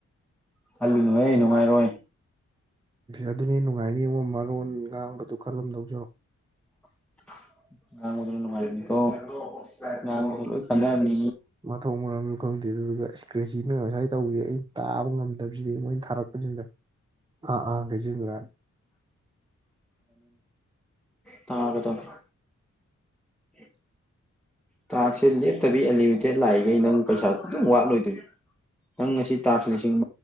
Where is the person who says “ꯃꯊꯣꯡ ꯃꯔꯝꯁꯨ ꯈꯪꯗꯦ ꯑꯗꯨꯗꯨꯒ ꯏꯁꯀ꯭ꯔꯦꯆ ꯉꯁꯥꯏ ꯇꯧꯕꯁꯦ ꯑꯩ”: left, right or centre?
Right